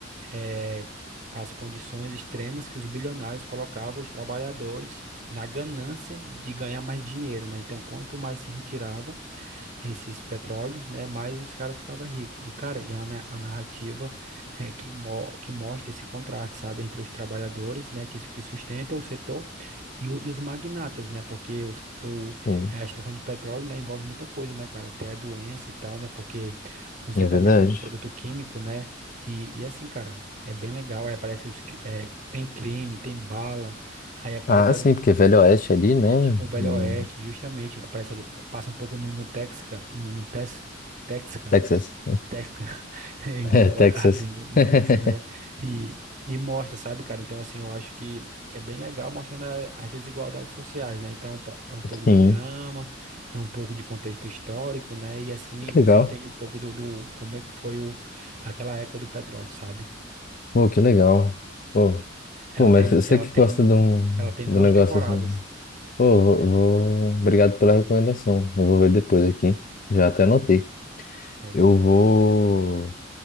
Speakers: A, on the right; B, on the left.
A: é as condições extremas que os bilionários colocavam os trabalhadores na ganância de ganhar mais dinheiro, né? Então, quanto mais se retirava esses petróleos, né? Mais os caras ficavam ricos. E, cara, e é uma na- a narrativa eh, que, mo que mostra esse contraste, sabe? Entre os trabalhadores, né? Que, que sustentam o setor e, o- e os magnatas, né? Porque os, o,
B: Sim.
A: eh, a extração de petróleo, né? Envolve muita coisa, né, cara? Até doença e tal, né? Porque você
B: É
A: tá
B: verdade.
A: mexendo com produto químico, né? E, e assim, cara. É bem legal, aí aparece os, cri- eh, tem crime, tem bala, aí aparece
B: Ah,
A: as,
B: sim, porque Velho Oeste é ali, né?
A: é tipo um Velho
B: Hum,
A: Oeste, justamente. Aparece ali, passa um pouco no, no Texca, no, no Tex, Texca,
B: Texas.
A: Texca, <laughs> enrolou
B: É, Texas.
A: a, a língua no
B: <laughs>
A: Texas, né? E, e mostra, sabe, cara? Então, assim, eu acho que, que é bem legal mostrando a- as desigualdades sociais, né? Então, po- é um pouco
B: Sim.
A: de drama, é um pouco de contexto histórico, né? E assim,
B: Que
A: você
B: legal.
A: entende um pouco do, do como é que foi o, aquela época do petróleo, sabe?
B: Pô, que legal. Pô,
A: Ela
B: pô, mas
A: tem,
B: você
A: ela
B: que
A: tem,
B: gosta de um,
A: ela tem
B: de
A: duas
B: um negócio
A: temporadas.
B: assim. Pô, vou, vou- Obrigado pela recomendação. Eu vou ver depois aqui. Já até anotei.
A: Pois
B: Eu
A: é.
B: vou,